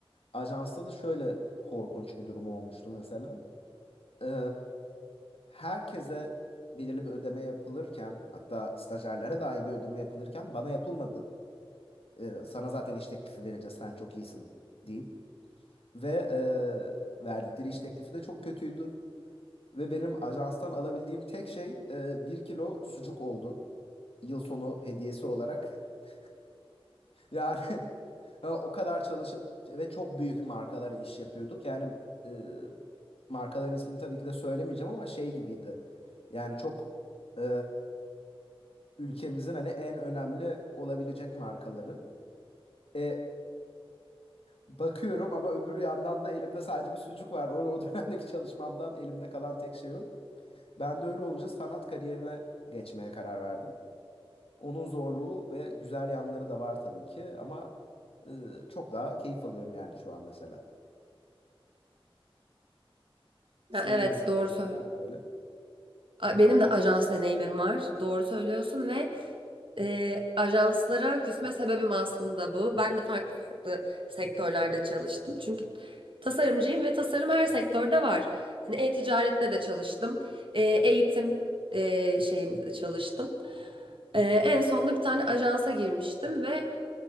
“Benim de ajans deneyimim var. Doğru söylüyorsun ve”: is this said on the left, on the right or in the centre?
Right